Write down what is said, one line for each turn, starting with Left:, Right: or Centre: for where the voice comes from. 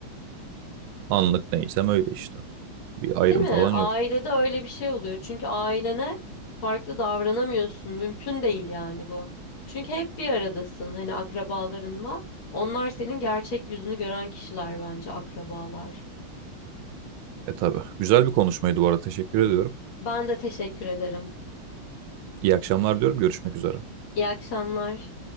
Right: Anlık neysem öyle işte. Bir ayrım
Left: Değil mi?
Right: falan
Left: Ailede
Right: yok.
Left: öyle bir şey oluyor. Çünkü ailene farklı davranamıyorsun. Mümkün değil yani bu. Çünkü hep bir aradasın hani akrabalarınla. Onlar senin gerçek yüzünü gören kişiler bence akrabalar.
Right: E tabii. Güzel bir konuşmaydı bu arada. Teşekkür ediyorum.
Left: Ben de teşekkür ederim.
Right: İyi akşamlar diyorum. Görüşmek üzere.
Left: İyi akşamlar.